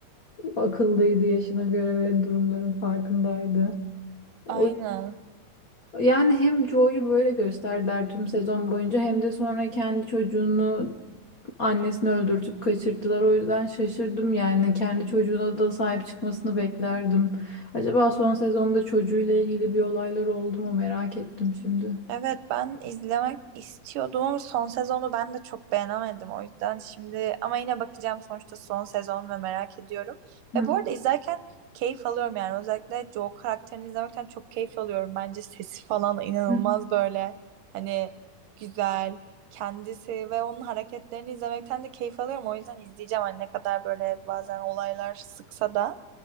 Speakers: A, on the left; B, on the right.
A: akıllıydı yaşına göre ve durumların farkındaydı. O,
B: Aynen.
A: yani hem Joe'yu böyle gösterdiler tüm sezon boyunca hem de sonra kendi çocuğunu annesini öldürtüp kaçırttılar. O yüzden şaşırdım yani kendi çocuğuna da sahip çıkmasını beklerdim. Acaba son sezonda çocuğuyla ilgili bir olaylar oldu mu merak ettim şimdi.
B: Evet ben izlemek istiyordum ama son sezonu ben de çok beğenemedim o yüzden şimdi ama yine bakacağım sonuçta son sezon ve merak ediyorum.
A: Hı
B: Ve bu arada izlerken keyif alıyorum yani özellikle Joe karakterini izlemekten çok keyif alıyorum. Bence sesi falan inanılmaz
A: hı.
B: böyle hani güzel kendisi ve onun hareketlerini izlemekten de keyif alıyorum. O yüzden izleyeceğim hani ne kadar böyle bazen olaylar sıksa da.